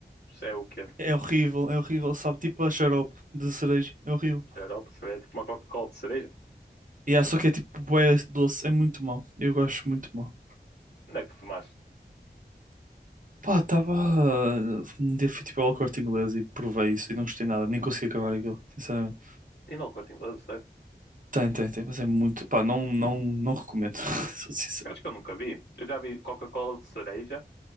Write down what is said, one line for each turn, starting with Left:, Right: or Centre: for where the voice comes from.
Left: É o quê?
Right: É horrível, é horrível. Sabe, tipo a xarope de cereja. É horrível.
Left: Xarope, cerveja? Tipo uma Coca-Cola de cereja?
Right: E yeah, só que é tipo bué doce. É muito mau. Eu gosto muito mal.
Left: Onde é que tu tomaste?
Right: Pá, estava. Um dia fui tipo ao Corte Inglês e provei isso e não gostei nada, nem consegui acabar aquilo, sinceramente.
Left: Tem no corte inglês, sério?
Right: Tem, tem, tem, mas é muito. Pá, não, não, não recomendo. <laughs> Sou sincero.
Left: Acho que eu nunca vi. Eu já vi Coca-Cola de cereja,